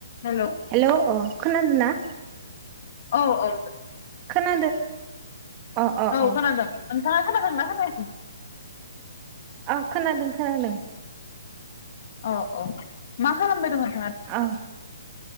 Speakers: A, on the left; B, on the right.
A: Hello
B: hello अ' खोनादोंना?
A: औ औ,
B: खोनादो अ अ
A: औ
B: अ
A: खोनादों ङा खोनादोंना खोनायाखै?
B: औ खोनादों खोनादों।
A: औ औ मा खालामबायदंमोन?
B: औ